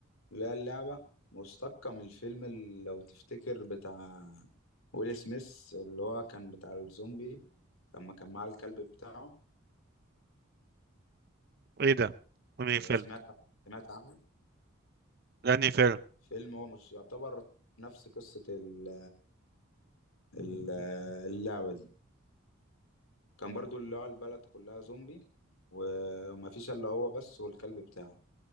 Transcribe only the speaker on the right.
ايه ده؟ انهي فيلم؟
ده انهي فيلم؟